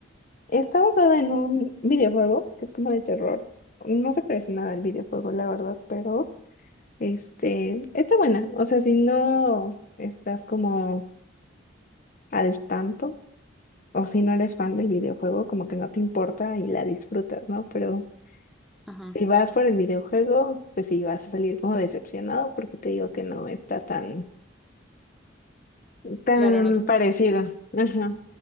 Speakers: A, on the left; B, in the centre.
A: Está basada en un videojuego que es como de terror. No se parece nada al videojuego, la verdad, pero este está buena. O sea, si no estás como al tanto o si no eres fan del videojuego, como que no te importa y la disfrutas, ¿no? Pero
B: Ajá,
A: Si vas por el videojuego, pues sí vas a salir como decepcionado porque te digo que no está tan, tan
B: claro, no,
A: parecido. Ajá.